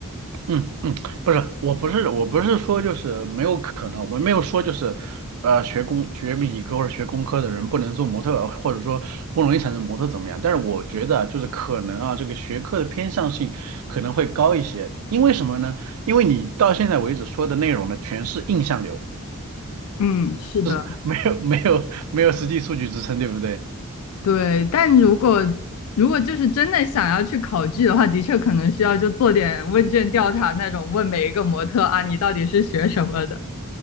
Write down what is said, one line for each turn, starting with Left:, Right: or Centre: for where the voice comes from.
Right: 嗯嗯，不是，我不是我不是说就是没有可能，我没有说就是，呃，学工学理科或者学工科的人不能做模特，或者说不容易产生模特怎么样？但是我觉得啊就是可能啊，这个学科的偏向性可能会高一些，因为什么呢？因为你到现在为止说的内容呢，全是印象流。
Left: 嗯，是的。
Right: 就是没有没有没有实际数据支撑，对不对？
Left: 对，但如果如果就是真的想要去考据的话，的确可能需要就做点问卷调查那种，问每一个模特啊，你到底是学什么的，